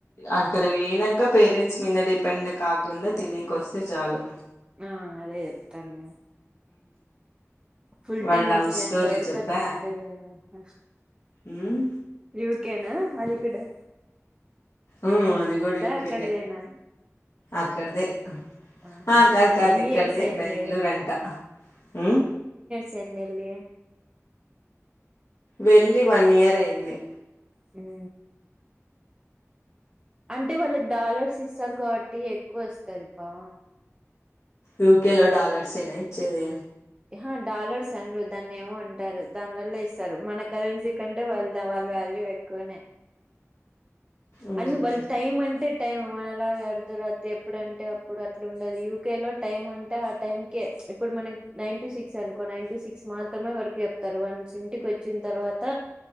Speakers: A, on the left (about 70°); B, on the right (about 20°).
A: అక్కడ పోయినంక పేరెంట్స్ మీదనే డిపెండ్ కాకుండ తినేకొస్త్ ఇక చాలు
B: ఆ అదే చెప్తాను. ఫుల్
A: వాళ్ళ
B: టైమ్
A: లవ్
B: వచ్చేంత
A: స్టోరీ
B: వరకు
A: చెప్పా
B: అట్లు ఉంటయ్ జాగ్రత్త.
A: ఉమ్
B: యూత్ ఓకేనా అదికూడా
A: ఊ అది కూడా ఓకేనే.
B: అక్కడదేనా
A: అక్కడిదే
B: ఆహా
A: ఆ కాదు కాదు
B: ఎన్ని
A: ఇక్కడిదే
B: ఇయర్స్ అయింది
A: బెంగళూరు అంట. ఊ
B: చెన్నెల్లీయా
A: వెళ్ళి వన్ ఇయర్ అయింది.
B: హ్ము అంటే వాళ్ళకి డాలర్స్ ఇస్తారు కాబట్టి ఎక్కువ వస్తది పా.
A: యూకే లో డాలర్స్ ఏనా ఇచ్చేది.
B: యహా డాలర్స్ అన్రు దాన్ని ఏమో అంటారు. దాని వల్ల ఇస్తారు మన కరెన్సీ కంటే వాళ్ళదా వాళ్ళ వాల్యూ ఎక్కువనే.
A: ఉమ్
B: అండ్ వాళ్ళ్ టైమ్ అంటే టైమ్ మన అలాగ అర్ధరాత్రి ఎప్పుడుంటే అప్పుడు అట్లా ఉండదు యూకే లో టైమ్ అంటే ఆ టైంకే ఇప్పుడు మన నైన్ టు సిక్స్ అనుకో నైన్ టు సిక్స్ మాత్రమే వర్క్ చెప్తరు వన్స్ ఇంటికి వచ్చిన తర్వాత